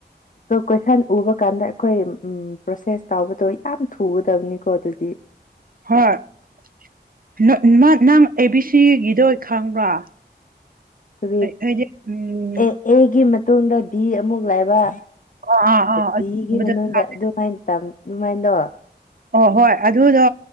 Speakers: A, on the left; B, on the right.
A: ꯑꯗꯣ ꯀꯣꯏꯁꯟ ꯎꯕ ꯀꯥꯟꯗ ꯑꯩꯈꯣꯏ ꯎ ꯄ꯭ꯔꯣꯁꯦꯁ ꯇꯧꯕꯕꯗꯣ ꯌꯥꯝ ꯊꯨꯒꯗꯕꯅꯤꯀꯣ ꯑꯗꯨꯗꯤ
B: ꯍꯣꯏ ꯅꯪ ꯑꯦꯕꯤ ꯁꯤꯒꯤꯗꯣ ꯈꯪꯕ꯭ꯔꯥ
A: ꯀ
B: ꯍꯥꯏꯗꯤ ꯎꯝ
A: ꯑꯦ ꯍꯒꯤ ꯃ ꯇꯨꯡꯗ ꯚ ꯑꯃꯨꯛ ꯂꯥꯛꯕ
B: ꯑꯥ ꯑꯥ ꯑꯥ
A: ꯙꯒꯤ ꯃꯅꯨꯡꯗ ꯑꯗꯨꯃꯥꯏꯅ ꯇ ꯑꯗꯨꯅꯨꯡꯃꯥꯏꯅꯗꯣ
B: ꯑꯣ ꯍꯣꯏ ꯑꯗꯨꯗꯣ